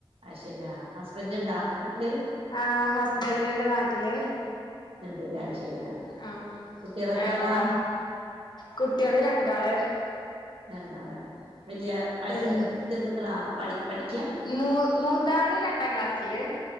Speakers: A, on the right; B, on the left.
A: ആ ശരിയാ ഹസ്ബൻഡ് ഉണ്ടോ നാട്ടില്.
B: ആ ഹസ്ബൻഡ് ഉണ്ട് നാട്ടില്.
A: എന്തല്ല ശരിയാ
B: ആ
A: കുട്ടികൾ എത്ര
B: എന്താ
A: ആളാ
B: കുട്ടികള് രണ്ടാള്
A: അല്ല അല്ലേ വലിയ വയസായ
B: പിന്നെ
A: കുഞ്ഞുങ്ങള പഠിക്ക
B: മൂ മൂത്താള് രണ്ടാം ക്ലാസ്സില്.